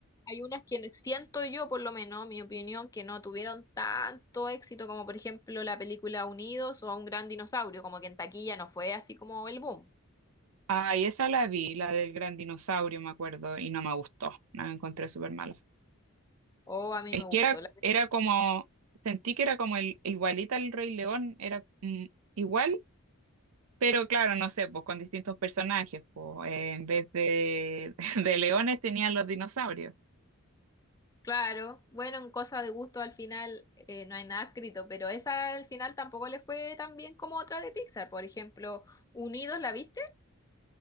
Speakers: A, on the left; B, on the right.
A: hay unas que siento yo, por lo menos, mi opinión, que no tuvieron tanto éxito como por ejemplo la película Unidos o Un Gran Dinosaurio, como que en taquilla no fue así como el boom.
B: Ah, y esa la vi, la del gran dinosaurio, me acuerdo, y no me gustó. La encontré súper mala.
A: O a mí
B: Es
A: me gustó.
B: que era, era como, sentí que era como el, igualita al Rey León, era mm, igual Pero claro, no sé, pues con distintos personajes, pues eh, en vez de, <laughs> de leones tenían los dinosaurios.
A: Claro, bueno, en cosa de gusto al final eh, no hay nada escrito, pero esa al final tampoco le fue tan bien como otra de Pixar. Por ejemplo, Unidos, ¿la viste?